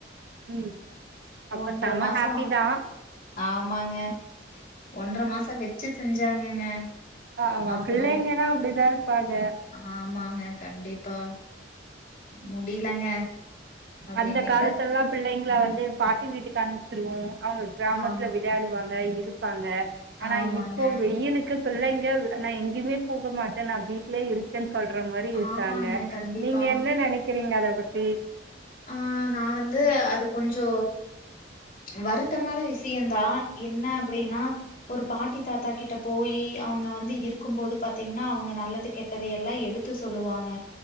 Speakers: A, on the right; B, on the left.
A: ம் அப்ப
B: ஒன்ற
A: செம
B: மாச
A: ஹாப்பி தா
B: ஆமாங்க ஒன்ற மாச வெச்சு செஞ்சாங்கங்க
A: ஆமா
B: அப்பற
A: பிள்ளைங்கன்னா அப்டிதா இருப்பாங்க
B: ஆமாங்க கண்டிப்பா முடிலங்க அப்றோ
A: அந்த
B: இன்னைக்குதா
A: காலத்துலலா பிள்ளைங்ளா
B: ம்
A: வந்து பா ட்டி வீட்டுக்கு அனுப்ச்சிருவோ அவுங்கு க்ராமத்துல
B: ஆமா
A: விளயாடுவாங்க இர் ருப்பாங்க ஆனா
B: ஆமாங்க
A: இப்போ வெய்யிலுக்கு பிள்ளைங்க நா எங்கயுமே போக மாட்டே நா வீட்லயே இருக்கன் சொல்ற மாரி இருக்காங்க
B: ஆமாங்க கண்டிப்பா
A: நீங்க என்ன நெனை க்கிறிங்க அத பத்தி
B: ஆ நா வந்து அது கொஞ்சோ வருத்தமான விஷியந்தா என்ன அப்படின்னா ஒரு பாட்டி தாத்தா கிட்ட போயி அவங்க வந்து இருக்கும்போது பத் திங்னா அவங்க நல்லது கெட்டது எல்லா எடுத்து சொலுவாங்க